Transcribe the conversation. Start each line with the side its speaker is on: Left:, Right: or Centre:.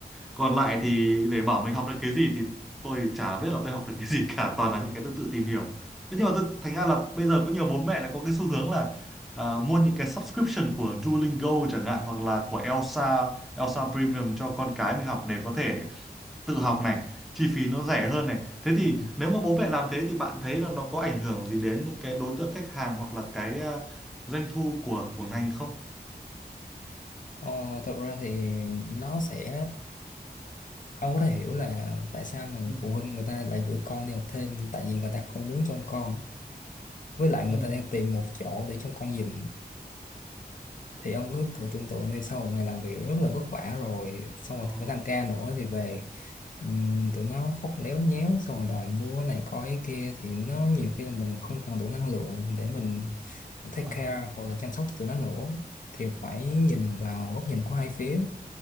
Centre: còn lại thì để bảo mình học được cái gì thì tôi chả biết là tôi học được cái gì cả toàn là những cái tôi tự tìm hiểu thế nhưng mà tôi thành ra là bây giờ có nhiều bố mẹ lại có cái xu hướng là à, mua những cái subscription của Duolingo chẳng hạn hoặc là của Elsa Elsa Premium cho con cái mình học để có thể tự học này chi phí nó rẻ hơn này thế thì
Left: Ừ.
Centre: nếu mà bố mẹ làm thế thì bạn thấy là nó có ảnh hưởng gì đến những cái đối tượng khách hàng hoặc là cái à, doanh thu của của ngành không
Left: Ờ, thật ra thì nó sẽ ông có thể hiểu là tại sao mà
Centre: ừ
Left: phụ huynh người ta lại gửi con đi học thêm tại vì người ta không muốn trông con với lại người
Centre: ừ
Left: ta đang tìm một chỗ để trông con giùm thì ông cứ thử tưởng tượng đi sau một ngày làm việc rất là vất vả rồi xong rồi
Centre: ờ
Left: phải tăng ca nữa thì về ừm, tụi nó khóc léo nhéo xong rồi đòi mua này coi cái kia thì nó
Centre: Ừ.
Left: nhiều khi là mình không còn đủ năng lượng để mình take
Centre: Ờ.
Left: care hoặc là chăm sóc tụi nó nữa thì phải nhìn vào góc nhìn của hai phía